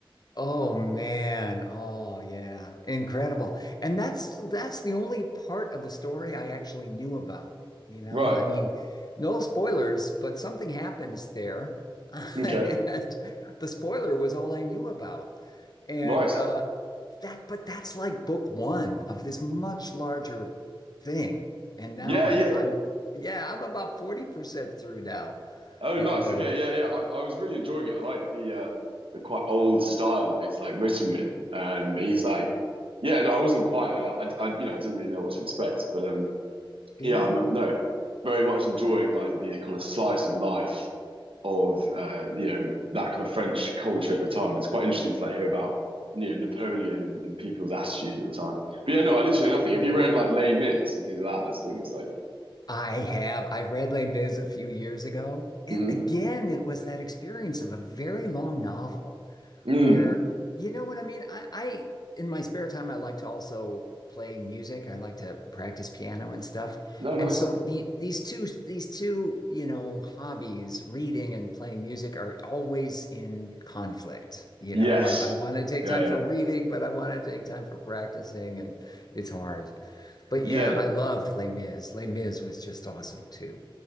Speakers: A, on the left; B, on the right.
A: Oh man. Oh yeah. Incredible. And that's that's the only part of the story I actually knew about, you know?
B: Right.
A: I mean, no spoilers, but something happens there. <laughs>
B: Okay.
A: And the spoiler was all I knew about. And
B: Right.
A: uh that but that's like book one of this much larger thing. And now
B: Yeah.
A: I'm
B: Yeah.
A: I'm yeah, I'm about 40% through now.
B: Oh,
A: And
B: nice.
A: uh
B: Okay. Yeah. Yeah. I, I was really enjoying it. I like the uh, the quite old style it's like written with. Um, he's like, yeah. No, I wasn't quite. Uh, I, I you know I didn't really know what to expect, but um.
A: yeah.
B: yeah, I'm no, very much enjoying like the kind of slice of life of uh, you know that kind of French culture at the time. It's quite interesting to like hear about you know Napoleon and, and people's attitudes at the time. But yeah, no, I literally know nothing. Have you read like Les Mis and things like that? That's the thing. It's like,
A: I have. I read Les Mis a few years ago, and
B: mhm.
A: again, it was that experience of a very long novel
B: mm,
A: where you know what I mean? I, I in my spare time I like to also play music. I like to practice piano and stuff.
B: no, nice,
A: And so the these two these two, you know, hobbies, reading and playing music are always in conflict. You
B: yes,
A: know, i I want to take
B: yeah,
A: time
B: yeah,
A: for reading, but I want to take time for practicing and it's hard. But
B: yeah,
A: yeah, I loved Les Mis. Les Mis was just awesome too.